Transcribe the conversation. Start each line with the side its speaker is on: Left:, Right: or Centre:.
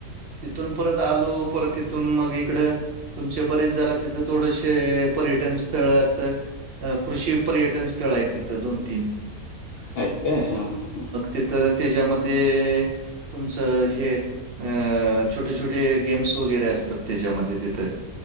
Right: तिथून परत आलो परत तिथून मग इकडं तुमचे बरेच जरा तिथं थोडशे पर्यटन स्थळं <unintelligible> कृषी पर्यटन स्थळं आहेत तिथं दोन तीन
Left: आहेत काय हां ह हां
Right: तिथं त्याच्यामध्ये तुमचं हे अं छोटे छोटे गेम्स वगैरे असतात त्याच्यामध्ये तिथं